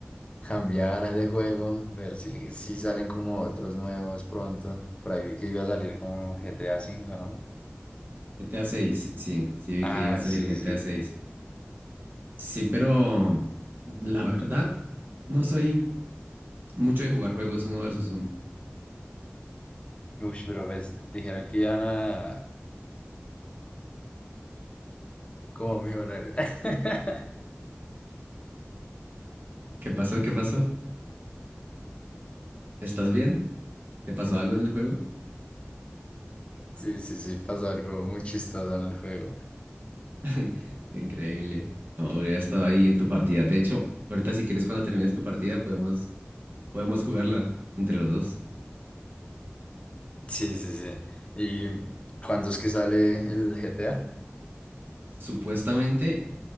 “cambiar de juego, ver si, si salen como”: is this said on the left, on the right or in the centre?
Left